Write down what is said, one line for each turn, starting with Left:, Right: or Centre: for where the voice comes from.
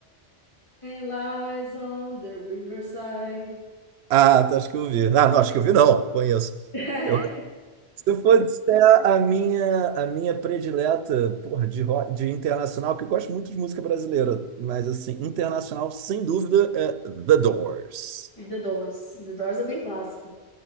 Left: Lies on the Riverside.
Right: Ah, tá, acho que eu vi. Ah, não, acho que eu vi, não, conheço.
Left: <laughs>
Right: Eu acho que se for disser a minha, a minha predileta, porra, de, ro- de internacional, que eu gosto muito de música brasileira, mas, assim, internacional, sem dúvida, é The Doors.
Left: The Doors. The Doors é bem clássico.